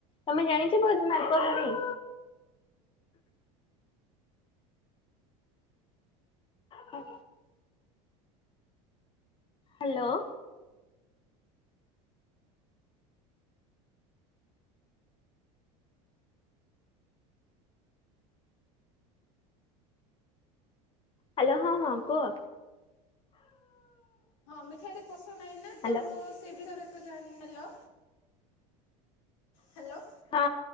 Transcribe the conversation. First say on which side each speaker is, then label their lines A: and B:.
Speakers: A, on the left; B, on the left.
A: ତମେ ଜାଣିଥିଲ ମାଲପୁଆ ବନେଇ। ହଁ ହ୍ୟାଲୋ ହ୍ୟାଲୋ ହଁ ହଁ କୁହ।
B: ହଁ ମିଠାଇରେ ପୋଷଣ ନାଇନା
A: ହ୍ୟାଲୋ।
B: ତ ମୁଁ ସେ ବିଷୟରେ ଏତେ ଜାଣିନି। ହ୍ଯାଲୋ ହ୍ୟାଲୋ
A: ହଁ